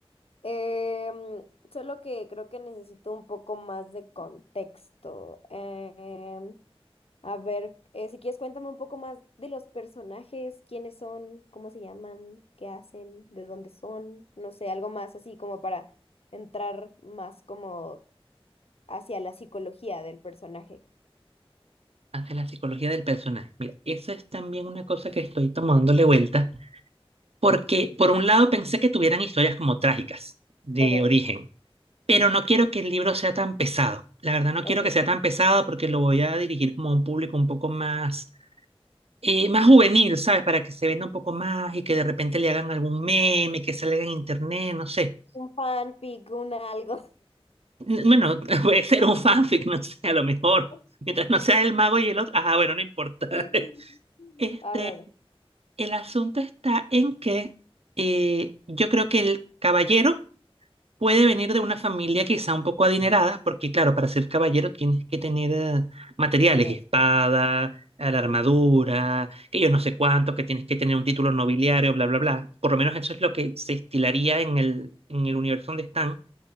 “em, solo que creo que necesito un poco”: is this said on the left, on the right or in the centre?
Left